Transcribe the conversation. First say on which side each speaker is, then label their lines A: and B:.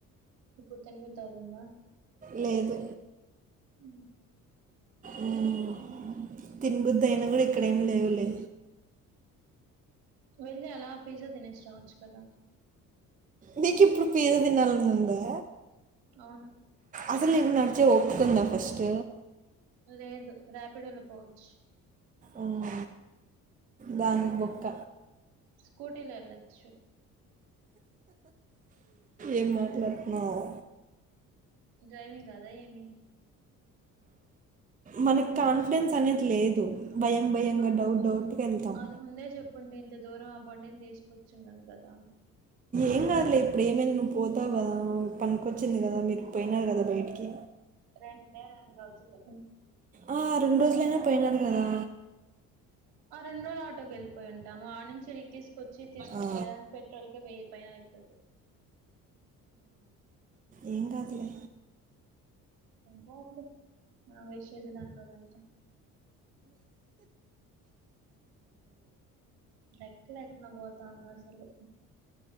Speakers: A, on the right; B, on the right.
A: ఇప్పుడు తిన్బుద్ధవుతుందా
B: లేదు
A: మ్
B: మ్ తినబుద్
A: ఇంకేం
B: అయినా కూడా ఇక్కడేమి లేవులే
A: ఇ అలా పిజ్జ తినేసి రావచ్చు కదా
B: నిక్ ఇప్పుడ్ పిజ్జా తినాలనుందా
A: అవును
B: అసల్ నిక్ నాక్ త్ ఒప్కుంద ఫస్ట్
A: లేదు రాపిడోలో పోవచ్
B: ఉమ్ దాన్క్ బొక్క
A: స్కూటీలో ఎల్లచ్చు
B: ఏం మాట్లాడుతున్నావు
A: డ్రైవింగ్ రాదా ఏమి
B: మనక్ కాన్ఫిడెన్స్ అనేది లేదు భయం భయంగా
A: అ
B: డౌట్ డౌట్గా వెళ్తాం
A: అది ముందే చెప్పుంటే ఇంత దూరం అ బండిన్ తీసుక్చుండన్ కదా
B: ఏం కాదులే ఇప్పుడు ఏమైంది నువ్వు పోతావు కదా పనికొచ్చింది కదా మీరు పోయినారు కదా బయటికి
A: రెండే రెం రోజులు
B: ఆ రెండు రోజులైన పోయినారు కదా
A: ఆ రెండు ఆటోకి వెళ్ళిపో ఉాము ఆ నుంచి ఇడికి తీసుకొచ్చి తీసుకని
B: ఆ,
A: వె పోయడానికి పెట్రోల్ క వెయ్యియిన అవుతుది
B: ఏంగగలే
A: పోతు ఆ విష్ చేసే దాంట్లో అంత లెక్క లేకుండ పోతాంది అసలు